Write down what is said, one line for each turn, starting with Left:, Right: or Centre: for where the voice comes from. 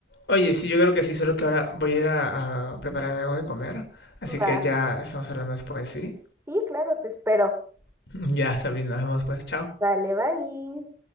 Left: Oye, sí, yo creo que sí, solo que ahora voy a ir a, a prepararme algo de comer. Así que
Right: Va.
Left: ya estamos hablando después, ¿sí?
Right: Sí, claro, te espero.
Left: <laughs> Ya, Sabrina, nos vemos pues. Chao.
Right: Vale, bye.